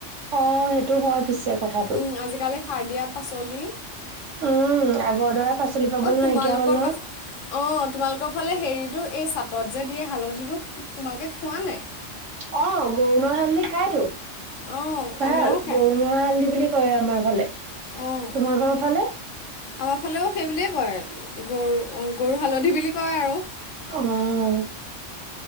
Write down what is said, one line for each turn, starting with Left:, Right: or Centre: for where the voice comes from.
Right: অ', সেইটো হয় পিছে। কথাটো
Left: উম, আজিকালি সাৰ দিয়া পাচলি।
Right: উম, আগৰ দৰা পাচলি পাবলৈ
Left: তোমালোকৰ
Right: নাইকিয়া হ'ল নহয়।
Left: পাচ অ', তোমালোকৰ ফালে হেৰিটো এই চাটত যে দিয়ে হালধিটো তোমালোকে খোৱা নাই
Right: অ', গৰু নোৱা হালধি খাইতো,
Left: অঁ
Right: ভাল
Left: আমাৰও খায়
Right: গৰু নোৱা ৱা হালধি বুলি কয় আমাৰ ফালে।
Left: অঁ
Right: তোমাৰ ঘৰ ফালে?
Left: আমাৰ ফালেও সেই বুলিয়েই কয় গৰ্-গৰু হালধি বুলি কয় আৰু।
Right: উম।